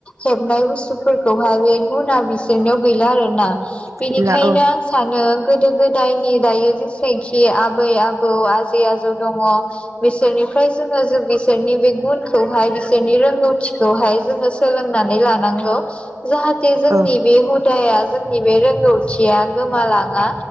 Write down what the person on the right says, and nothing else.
गैला औ
औ